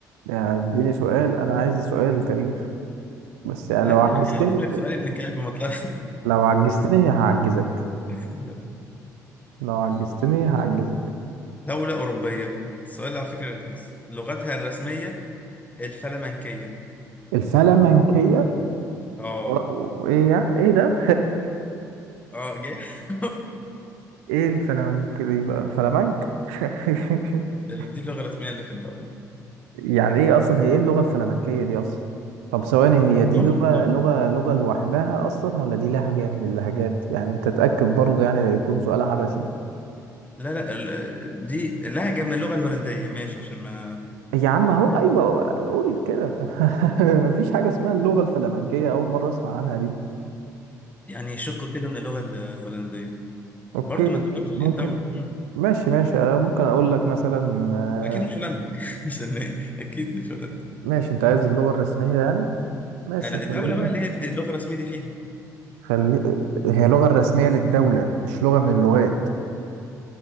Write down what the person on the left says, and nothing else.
لا
تاريخ
أنا هشوف لك سؤال ابن كلب ما طلعش
<laughs>
دولة أوروبية، السؤال على فكرة لذيذ، لغتها الرسمية الفلمنكية،
آه
آه جه <laughs>
دي اللغة الرسمية اللي في الدولة،
لغة
لغة
لا لا ال- دي لهجة من اللغة الهولندية ماشي عشان ما
يعني شق كده من اللغة الهولندية
برضه ما انت قلتش
ايه الدولة مم.
اكيد مش هولندا <laughs> يعني عشان ايه اكيد مش هولندا
انا
الدولة بقى اللي هي دي اللغة الرسمية دي فيها